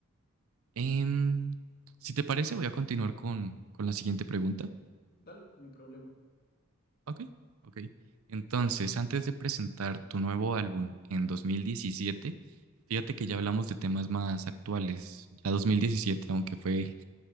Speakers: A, on the right; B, on the left.
A: Em, si te parece voy a continuar con, con la siguiente pregunta.
B: dale, no hay problema.
A: Ok, ok. Entonces, antes de presentar tu nuevo álbum en 2017, fíjate que ya hablamos de temas más actuales. Ya 2017, aunque fue